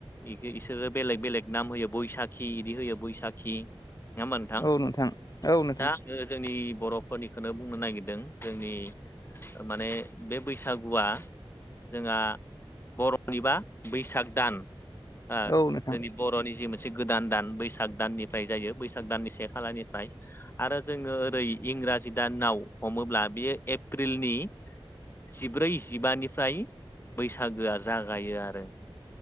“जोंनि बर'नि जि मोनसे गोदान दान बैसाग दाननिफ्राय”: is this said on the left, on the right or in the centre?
Left